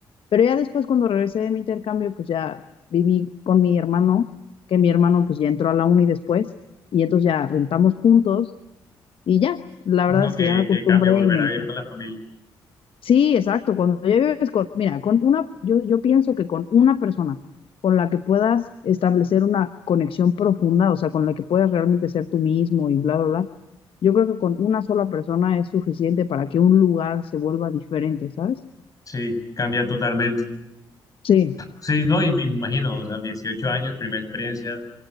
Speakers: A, on the left; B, on the left.
A: Pero ya después cuando regresé de mi intercambio, pues ya viví con mi hermano, que mi hermano pues ya entró a la uni después y entonces ya rentamos juntos y ya, la
B: uno
A: verdad es
B: que,
A: que ya me acostumbré
B: que cambia volver
A: y me
B: a
A: encanta.
B: vivir con la familia.
A: Sí, exacto. Cuando ya vives con, mira, con una, yo, yo pienso que con una persona con la que puedas establecer una conexión profunda, o sea, con la que puedas realmente ser tú mismo y bla, bla, bla, yo creo que con una sola persona es suficiente para que un lugar se vuelva diferente, ¿sabes?
B: Sí, cambia totalmente.
A: Sí.
B: Sí, no, y me imagino, o sea, 18 años, primera experiencia,